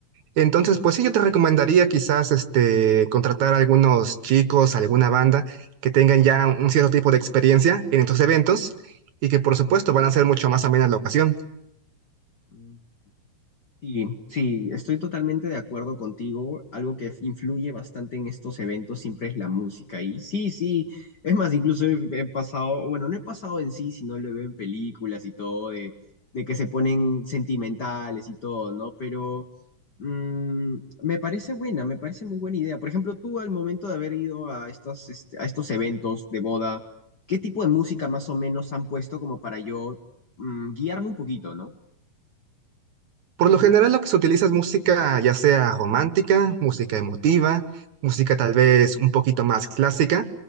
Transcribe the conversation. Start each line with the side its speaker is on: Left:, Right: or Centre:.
Right: Entonces, pues sí, yo te recomendaría quizás, este, contratar a algunos chicos, alguna banda que tengan ya un cierto tipo de experiencia en estos eventos y que, por supuesto, van a ser mucho más amenas la ocasión.
Left: Mm. Sí, sí, estoy totalmente de acuerdo contigo. Algo que influye bastante en estos eventos siempre es la música. Y sí, sí, es más, incluso he, he pasado, bueno, no he pasado en sí, sino lo veo en películas y todo, de, de que se ponen sentimentales y todo, ¿no? Pero mm, me parece buena, me parece muy buena idea. Por ejemplo, tú al momento de haber ido a estas, este, a estos eventos de boda, ¿qué tipo de música más o menos han puesto como para yo mm, guiarme un poquito, ¿no?
Right: Por lo general lo que se utiliza es música ya sea romántica, música emotiva, música tal vez un poquito más clásica,